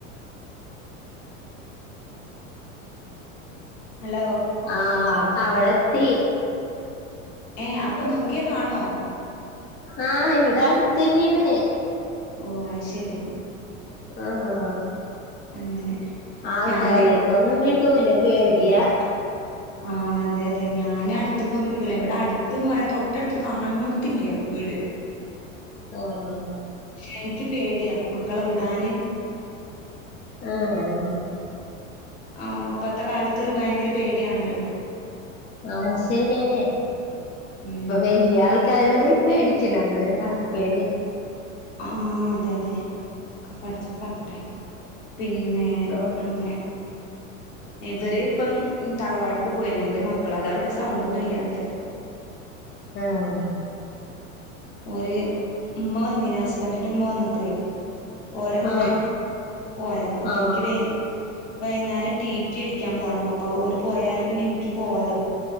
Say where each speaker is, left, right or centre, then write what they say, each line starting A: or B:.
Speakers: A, on the left; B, on the left.
A: <inaudible> ഹലോ
B: ആ അവളെത്തി
A: ഏയ് അപ്പൊ നോക്കിയ കാണോ
B: ആഹ് ഇവിടെ അടുത്ത് തന്നെയാണ്
A: ഓ അയിശരി
B: ആഹാ
A: അങ്ങനെ
B: ആൾക്കല്ലെ
A: ഞാന്
B: കൊങ്ങും വിടൂല പേടിയാ
A: ആഹ് അതെ അതെ ഞാൻ അടുത്തക്കൊന്ന തിലെ വിടാ അടുത്ത് എന്ന് പറയാൻ തൊട്ടടുത്ത് കാൺ നോട്ത്ത് ഇല്ല വീട്
B: ഓ ഓ
A: ഷെ എനിക്ക് പേടിയാ മക്കളെ വിടാന്
B: ആഹ്
A: ആഹ് ഇപ്പത്തെ കാലത്ത് ഒരു ഭയങ്കര പേടിയാണല്ലോ
B: ആഹ ശരിനെ
A: ഉം
B: ഇപ്പൊ വല്യാൾ ക്കാരേടേം പേടിക്കണം <unintelligible> പ്പഴാണ്
A: ആഹ് അതെ അതെ പഡച്ചോൻ കാക്കട്ടെ പിന്നെ
B: ആ
A: അങ്ങനെ ഇവര് ഇപ്പം തറവാട്ടക്ക് പോയ എന്റെ മ ക്കള അതാ സൗണ്ടൊന്നും ഇല്ലാത്തെ
B: ആഹ്
A: ഒരു ഉമ്മ വന്നേന് ഹസ്ബൻറിന്റെ ഉമ്മ വന്നപ്പളേ ഓര കൂടെ
B: ആ
A: പോയതാ അപ്പൊ
B: ആ ആ
A: എനിക്ക് വേ വൈകുന്നേരം ടിറ്റി അടിക്കാൻ പോണം അപ്പൊ ഓര് പോയാല് പിന്നെ എനിക്ക് പോവാലോ